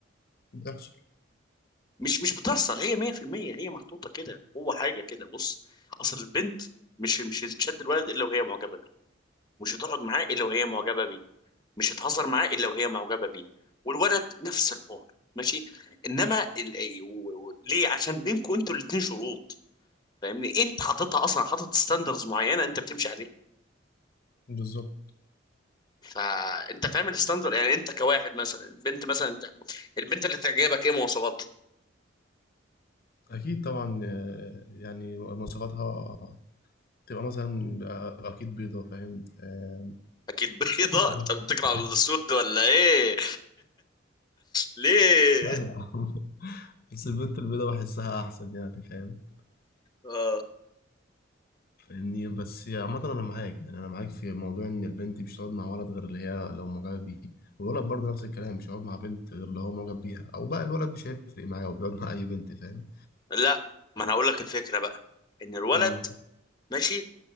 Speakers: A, on the left; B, on the left.
A: بتحصل
B: مش مش بتحصل هي 100% هي محطوطة كده هو حاجة كده بص اصل البنت مش مش هتشد الولد الا وهي معجبة بيه مش هتقعد معاه الا وهي معجبة بيه مش هتهزر معاه الا وهي معجبة بيه والولد نفس الحوار ماشي انما ال... و- و- ليه عشان بينكم انتوا الاتنين شروط فاهمني انت حاططها اصلا حاطط ستاندرز معينه انت بتمشي عليها
A: بالظبط
B: فانت فاهم الستاندرد يعني انت كواحد مثلا البنت مثلا انت البنت اللي تعجبك ايه مواصفات
A: أكيد طبعا آه، يعني مواصفاتها تبقى مثلا آه، أكيد بيضة فاهم؟ آه،
B: اكيد <laughs> بيضاء
A: <laughs> عرب.
B: انت بتكره السود ولا ايه ليه
A: لا لا بس البنت البيضاء بحسها احسن يعني فاهم
B: آه.
A: فاهمني بس عامة انا معاك يعني انا معاك في موضوع ان البنت مش هتقعد مع ولد غير اللي هي لو معجبة بيه والولد برضه نفس الكلام مش هيقعد مع بنت غير اللي هو معجب بيها او بقى الولد مش هيفرق معاه وبيقعد مع اي بنت فاهم
B: لا ما انا هقول لك الفكره بقى ان الولد
A: مم.
B: ماشي